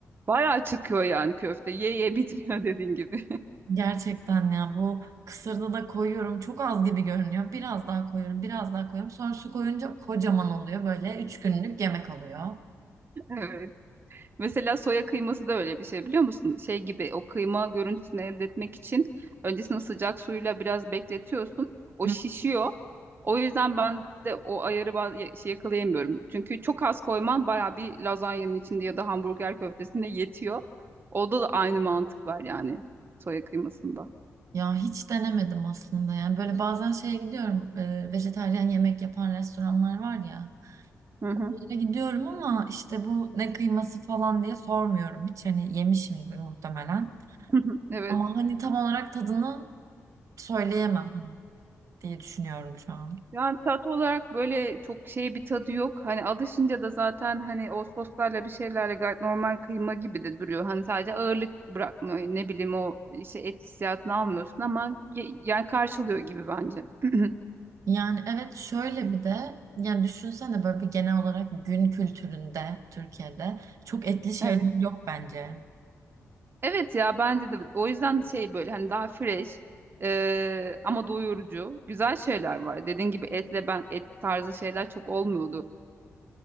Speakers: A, on the right; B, on the right.
A: Bayağı çıkıyor yani köfte. Ye ye bitmiyor <laughs> dediğin gibi.
B: Gerçekten ya bu kısırda da koyuyorum. Çok az gibi görünüyor. Biraz daha koyuyorum, biraz daha koyuyorum. Sonra su koyunca kocaman oluyor. Böyle üç günlük yemek oluyor.
A: <laughs> Evet. Mesela soya kıyması da öyle bir şey biliyor musun? Şey gibi o kıyma görüntüsünü elde etmek için öncesinde sıcak suyla biraz bekletiyorsun. O
B: Hı.
A: şişiyor. O yüzden ben de o ayarı baz- ya- şey yakalayamıyorum. Çünkü çok az koyman baya bir lazanyanın içinde ya da hamburger köftesinde yetiyor. Orada da aynı mantık var yani soya kıymasında.
B: Ya hiç denemedim aslında yani. Böyle bazen şeye gidiyorum. E, vejetaryen yemek yapan restoranlar var ya.
A: Hı hı.
B: Oraya gidiyorum ama işte bu ne kıyması falan diye sormuyorum. Hiç hani yemişimdir muhtemelen.
A: <laughs> Evet.
B: Ama hani tam olarak tadını söyleyemem hani diye düşünüyorum şu an.
A: Yani tat olarak böyle çok şey bir tadı yok. Hani alışınca da zaten hani o soslarla bir şeylerle gayet normal kıyma gibi de duruyor. Hani sadece ağırlık bırakmıyor. Ne bileyim o işte et hissiyatını almıyorsun ama ye- yani karşılıyor gibi bence. <clears throat>
B: Yani evet şöyle bir de yani düşünsene böyle bir genel olarak gün kültüründe Türkiye'de çok etli şeyler
A: Evet.
B: yok bence.
A: Evet ya bence de o yüzden şey böyle hani daha fresh eee, ama doyurucu güzel şeyler var. Dediğin gibi etle ben et tarzı şeyler çok olmuyordu.